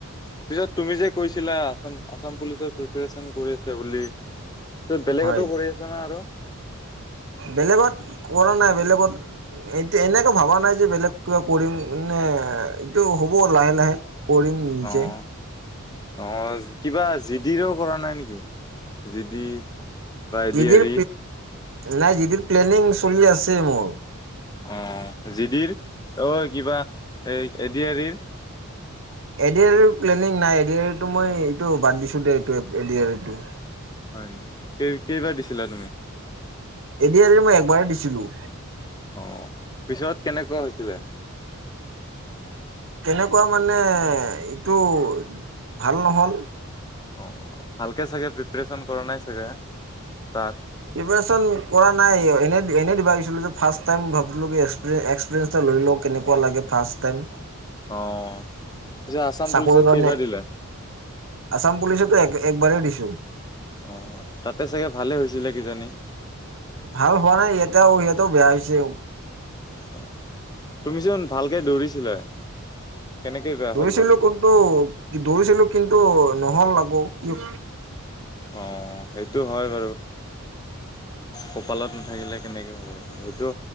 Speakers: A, on the left; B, on the right.
A: পিছত তুমি যে কৈছিলা, আচাম, আচাম পুলিচৰ প্ৰিপেৰেচন কৰি আছে বুলি। সো, বেলেগতো
B: হয়
A: কৰি আছা না আৰু?
B: বেলেগত, কৰা নাই। বেলেগত ও, এতিয়া এনেকে ভবা নাই যে, বেলেগ কিবা কৰিম নে? এইটো হ'ব লাহে লাহে। কৰিম নিজে।
A: অ', অ', কিবা জি ডিৰেো কৰা নাই নেকি? জি ডি বা এডি
B: দিদিৰ
A: এৰি।
B: নাই দিদিৰ প্লানিং চলি আছে মোৰ।
A: অ' জিডিৰ অ' কিবা তই এ এড এৰি।
B: এডি আৰ প্লেনিং নাই এ আৰটো মই এইটো বাদ দিছো দে এটো।
A: হয় নেকি? কেই কেইবাৰ দিছিলা তুমি?
B: এডি আৰু মই একবাৰেই দিছিলো।
A: অ' পিছত কেনেকুৱা হৈছিলে?
B: তেনেকুৱা মানে এইটো ভাল নহ'ল।
A: অ' ভালকে চাগে প্ৰিপৰেচন কৰা নাই চাগে তাত
B: প্ৰিপৰে্যন কৰা নাই এনে এনে দিবাাগিছিলো যে ফাৰ্ষ্ট টাইম ভাবো কি এক্সপিৰিয়েঞ্চৰ লৰি লও কেনেকুৱা লাগে ফাৰ্ষ্ট টাইম।
A: অ'। পিছে আছাম
B: চাকৰিৰ
A: পুলিচত
B: কাৰণে?
A: কেইবাৰ দিলা?
B: আছাম পুলিচতো এক একবাৰেই দিছো।
A: অ' তাতে চাগে ভালে হৈছিলে কিজানি।
B: ভাল হোৱা নাই ইয়াতেও সিয়াতেও বেয়া হৈছে।
A: অ' তুমিচোন ভালকে দৌৰিছিলা। কেনেকে বেয়া হ'ল
B: দৌৰিছিলো
A: বাৰু?
B: কিন্তু দৌৰিছিলো কিন্তু নহল আাগৌ কি
A: অ' সেইটো হয় বাৰু। কপালত নাথাকিলে কেনেকে হ'ব সেই